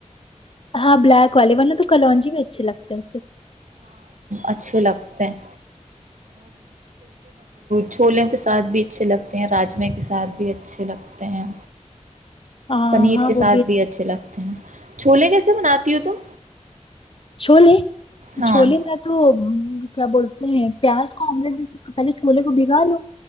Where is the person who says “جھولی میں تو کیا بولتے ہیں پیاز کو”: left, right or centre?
Left